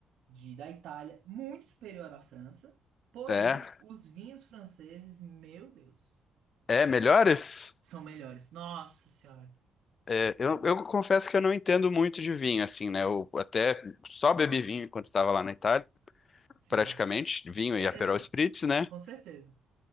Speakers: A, on the right (about 75°); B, on the left (about 40°).
A: de da Itália muito superior à da França. Porém,
B: É,
A: os vinhos franceses, meu Deus,
B: é, melhores?
A: são melhores. Nossa Senhora.
B: É, eu, eu confesso que eu não entendo muito de vinho, assim, né? Eu até só bebi vinho enquanto estava lá na Itália,
A: Sim.
B: praticamente, vinho
A: É,
B: e Aperol
A: é, não,
B: Spritz, né?
A: com certeza.